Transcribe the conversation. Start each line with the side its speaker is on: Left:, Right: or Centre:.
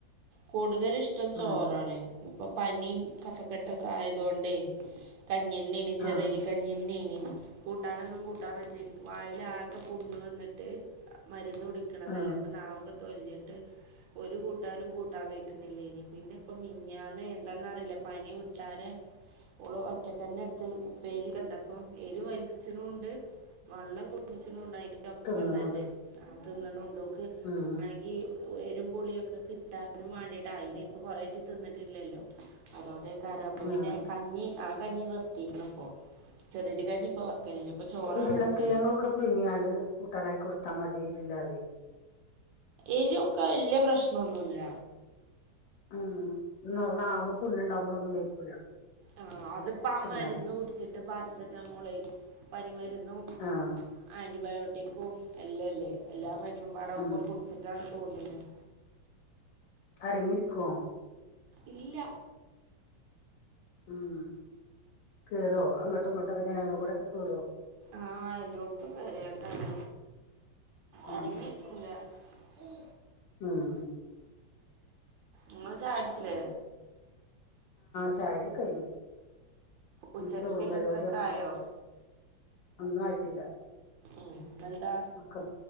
Right: കൂടുതല് ഇഷ്ടം ചോറാണ്
Left: ഉം,
Right: ഇപ്പൊ പനിയും കഫക്കെട്ടൊക്കെ ആയതുകൊണ്ടേ കഞ്ഞിന്നയാണ് ചെറിയരി
Left: ആ
Right: കഞ്ഞിൻെണ കൂട്ടാനൊന്നും കൂട്ടാൻ വച്ചാ വായിലാകെ ഇ വന്നിട്ട് മരുന്ന് കുടിക്കണതല്ലേ
Left: ആ
Right: അപ്പൊ നാവൊക്കെ തൊലിഞ്ഞിട്ട് ഒരു കൂട്ടാനും കൂട്ടാൻ കെക്കണില്ലേ ഇനി പിന്നെ ഇപ്പ മിഞ്ഞന്ന് എന്താന്ന അറിയില്ല പനി വിട്ടാര ഓള ഒറ്റക്കന്നെ എടുത്ത് ഉപ്പേരി കണ്ടപ്പം എരി വലിച്ചണൊണ്ട് വെള്ളം കുടിച്ചണണ്ട അയി ഒപ്പം
Left: തിന്നണുണ്ട്
Right: തന്നെ ആ തിന്നണം ഉണ്ടോക്ക്
Left: ഉം,
Right: ആണെങ്കി- എരുംപുളിയൊക്കെ കിട്ടാനും വേണ്ടിട്ട് അതിന് ഇപ്പ കൊറേ ആട്ട് തിന്നിട്ടില്ലല്ലോ അതുകൊണ്ട അപ്പ പിന്നെ
Left: ആ
Right: കഞ്ഞി ആ കഞ്ഞി നിർത്തിക്കണ ഇപ്പോ ചെറിയരി കഞ്ഞി ഇപ്പൊ വക്കലില്ല ഇപ്പൊ ചോറാ
Left: ഉരുളക്കേങ്ങൊക്കെ
Right: കൊടുക്കല്
Left: പുഴുങ്ങിയാണ്ട് കൂട്ടാനായി കൊടുത്താ മതിരില്ലാതെ
Right: എരി ഒക്കെ വല്യ പ്രശ്നൊന്നുമല്ല
Left: ഉംഇതകുമ്പോ വായ് പുണ്ണുണ്ടാവുമ്പോളൊന്നും വെക്കൂല
Right: ആഹ അതിപ്പ ആ
Left: തിന്നാന്
Right: മരുന്ന് കുടിച്ചിട്ട് പാരസെറ്റാമോൾ പനിമരുന്നും
Left: ആ
Right: ആന്റി ബയോട് ട്ടിക്കോ അല്ലല്ലേ എല്ലാം മരുന്നും വറെ ഒപ്പം
Left: ഉം
Right: കുടിച്ചിട്ടാണ് തോന്നുന്നത്
Left: അടങ്ങി ഇരിക്കുവോ
Right: ഇല്ല
Left: ഉം കേറോ അങ്ങോട്ടും ഇങ്ങോട്ടൊക്കെ ജനാല കൂടക്കെ കേറോ
Right: ആഹ എല്ലോട്ടും കയറിയേണ്ടാണ്
Left: ഉം
Right: അടങ്ങിയിരിക്കൂല ഉം
Left: ഉം
Right: ഉ നിങ്ങ ചായകുടിച്ചില്ലേ
Left: ചായ കുടി കഴിഞ്ഞു ഇനി
Right: ഉച്ചക്കക്കില്ലതൊക്കെ
Left: ചോറും പരിപാടി വെക്കണം
Right: ആയോ
Left: ഒന്നും ആയിട്ടില്ല
Right: ഉ എന്താ
Left: ഒക്കെ